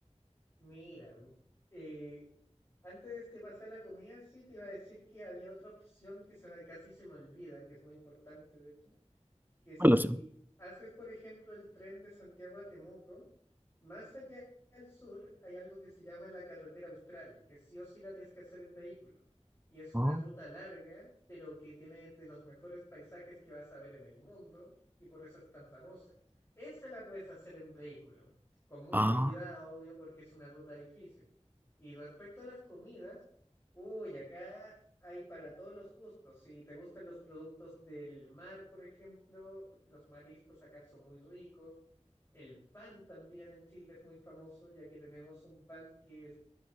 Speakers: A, on the left (about 25°); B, on the right (about 15°).
A: Mira, mm, eh, antes de este pasar a la comida, sí te iba a decir que había otra opción que se me, casi se me olvida, que es muy importante, de hecho que si
B: ¿Cuál opción?
A: haces, por ejemplo, el tren de Santiago a Temuco, más allá al sur hay algo que se llama la carretera austral, que sí o sí la tienes que hacer en vehículo. Y es una
B: Oh,
A: ruta larga, pero que tiene de los mejores paisajes que vas a ver en el mundo, y por eso es tan famosa. Esa la puedes hacer en vehículo, con mucho
B: ah.
A: cuidado, obvio, porque es una ruta difícil. Y respecto a las comidas, uy, acá hay para todos los gustos. Si te gustan los productos del mar, por ejemplo, los mariscos acá son muy ricos. El pan también en Chile es muy famoso, ya que tenemos un pan que es,